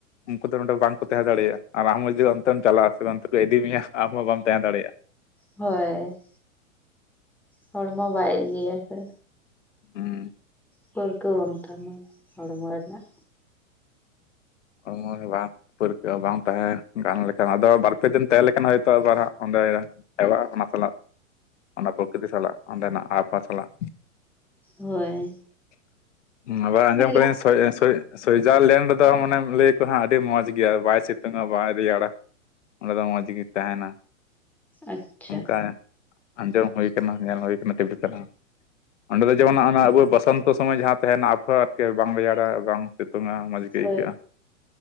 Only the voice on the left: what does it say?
ᱩᱱᱠᱩ ᱫᱚ ᱱᱚᱸᱰᱮ ᱵᱟᱝᱠᱚ ᱛᱟᱦᱮᱸ ᱫᱟᱲᱮᱭᱟᱜᱼᱟ ᱟᱨ ᱟᱢ ᱦᱚᱸ ᱡᱩᱫᱤ ᱚᱱᱛᱮᱢ ᱪᱟᱞᱟᱜᱼᱟ ᱥᱮ ᱚᱱᱛᱮ ᱠᱚ ᱤᱫᱤ ᱢᱮᱭᱟ ᱟᱢᱦᱚᱸ ᱵᱟᱢ ᱛᱟᱦᱮᱸ ᱫᱟᱲᱮᱭᱟᱜᱼᱟ᱾
ᱦᱩᱸ
<inaudible> ᱯᱟᱹᱨᱠᱟᱹᱣ ᱵᱟᱝ ᱛᱟᱦᱮᱸ ᱜᱟᱱ ᱞᱮᱠᱷᱟᱱ ᱟᱫᱚ ᱵᱟᱨᱯᱮ ᱫᱤᱱ ᱛᱟᱦᱮᱸ ᱞᱮᱠᱷᱟᱱ ᱦᱚᱭᱛᱚ ᱟᱵᱟᱨ ᱦᱟᱜ ᱚᱸᱰᱮ <inaudible> ᱚᱱᱟ ᱥᱟᱞᱟᱜ ᱚᱱᱟ ᱯᱨᱚᱠᱨᱤᱛᱤ ᱥᱟᱞᱟᱜ ᱚᱸᱰᱮᱱᱟᱜ ᱟᱵᱚᱦᱟᱣᱟ ᱥᱟᱞᱟᱜ
᱾ ᱟᱵᱟᱨ ᱟᱸᱡᱚᱢ
<inaudible> ᱥᱩᱭ ᱥᱩᱭ ᱥᱩᱭᱡᱟᱨᱞᱮᱱᱰ ᱨᱮᱫᱚ ᱢᱟᱱᱮ ᱞᱟᱹᱭ ᱠᱚ ᱦᱟᱸᱜ ᱟᱹᱰᱤ ᱢᱚᱸᱡᱽ ᱜᱮᱭᱟ ᱵᱟᱭ ᱥᱤᱛᱩᱝᱼᱟ ᱵᱟᱭ ᱨᱮᱭᱟᱲᱟ ᱚᱸᱰᱮ ᱫᱚ ᱢᱚᱸᱡᱽ ᱜᱮ ᱛᱟᱦᱮᱱᱟ ᱾
ᱚᱱᱠᱟ ᱟᱸᱡᱚᱢ ᱦᱩᱭ ᱠᱟᱱᱟ ᱧᱮᱞ ᱦᱩᱭ ᱠᱟᱱᱟ ᱴᱤᱵᱤ ᱠᱚᱨᱮ ᱦᱚᱸ ᱾ ᱚᱸᱰᱮ ᱫᱚ ᱡᱮᱢᱚᱱ ᱦᱚᱸ-ᱱᱚᱣᱟ ᱟᱵᱚᱣᱟᱜ ᱵᱚᱥᱚᱱᱛᱚ ᱥᱚᱢᱚᱭ ᱡᱟᱦᱟᱸ ᱛᱟᱦᱮᱱᱟ ᱟᱵᱚᱦᱟᱣ ᱟᱨᱠᱤ ᱵᱟᱝ ᱨᱮᱭᱟᱲᱟ ᱵᱟᱝ ᱥᱤᱛᱩᱝᱼᱟ ᱾ ᱢᱚᱡᱽ ᱜᱮ
ᱟᱹᱭᱠᱟᱹᱜᱼᱟ ᱾